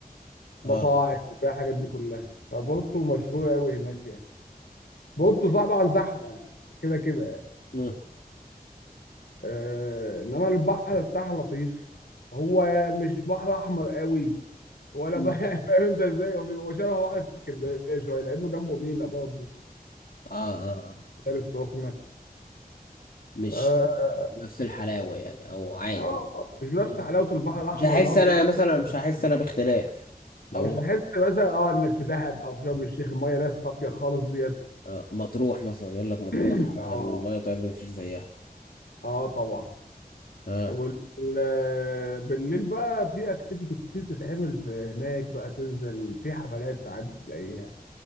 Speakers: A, on the left (about 85°); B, on the left (about 65°).
A: المطاعم
B: اه
A: وفيها الحاجات دي كلها فبورتو مشهوره قوي هناك يعني بورتو طبعا زحمه يعني كده كده يعني.
B: مم.
A: آه انما البحر بتاعها لطيف هو مش بحر احمر قوي ولا
B: مم.
A: بقى <laughs> فاهم انت ازاي هو بيبقى شبه بحر اسكندريه شويه لانه جنبه مينا برضه
B: آه, آه, اه
A: العين السخنه
B: مش
A: آه
B: نفس الحلاوة يعني او عادي
A: آه، مش بنفس
B: آه.
A: حلاوه البحر الاحمر
B: مش هحس
A: اللي هو
B: انا
A: بيبقى-
B: مثلا مش هحس انا باختلاف لو
A: او مش
B: رحت
A: هتحس مثلا اه انك في دهب او في شرم الشيخ الميه ده الصافيه خالص ديت
B: آه. مطروح مثلا يقول لك مطروح
A: <laughs>
B: آه،
A: <clears throat> اه
B: المية بتاعتها مفيش زيها
A: اه طبعا
B: اه
A: وال ال- بالليل بقى في اكتيفيتي كتير تتعمل في هناك بقى تنزل في حفلات ساعات تلاقيها